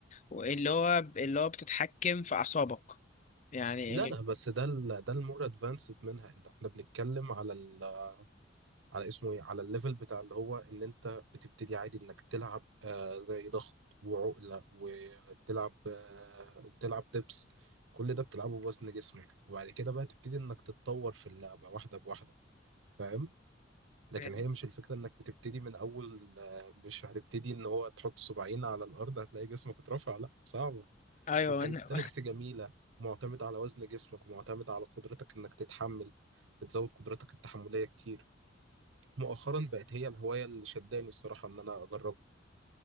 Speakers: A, on the left; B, on the right.
A: اللي هو اللي هو بتتحكم في أعصابك يعني
B: لا
A: اللي...
B: لا بس ده ال ده المور ادفانسد منها انت احنا بنتكلم على ال على اسمه ايه على الليفل بتاع اللي هو ان انت بتبتدي عادي انك تلعب آه زي ضغط وعقله وتلعب آه وتلعب دبس كل ده بتلعبه بوزن جسمك وبعد كده بقى تبتدي انك تتطور في اللعبه واحده بواحده فاهم لكن
A: <laughs>
B: هي مش الفكره انك بتبتدي من اول آه، مش هتبتدي ان هو تحط صباعين على الارض هتلاقي جسمك اترفع لا صعب
A: أيوه
B: والكاليستانكس
A: أنا-
B: جميلة معتمد على وزن جسمك ومعتمد على قدرتك انك تتحمل بتزود قدرتك التحملية كتير مؤخرا بقت هي الهواية اللي شداني الصراحة ان انا اجربها